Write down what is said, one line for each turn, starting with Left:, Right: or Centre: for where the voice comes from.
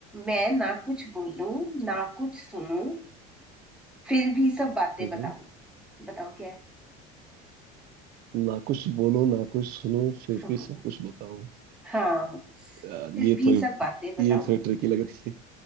Centre: मैं ना कुछ बोलूं ना कुछ सुनूं फिर भी सब बातें
Right: हम्म,
Centre: बताऊं बताओ क्या है
Right: ना कुछ बोलो ना कुछ सुनो फिर
Centre: सुनो
Right: भी सब कुछ बताओ
Centre: हाँ फिर
Right: यार ये
Centre: भी
Right: थोड़ी
Centre: सब बातें बताओ
Right: ये थोड़ी ट्रिकी लग रही है